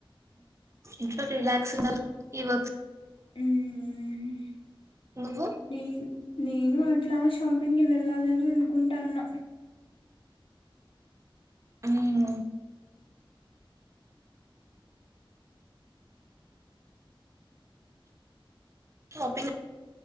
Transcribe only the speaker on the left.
హ్మ్మ్
నే నేను అట్లా షాపింగ్ వెళ్ళాలని అనుకుంటాన్న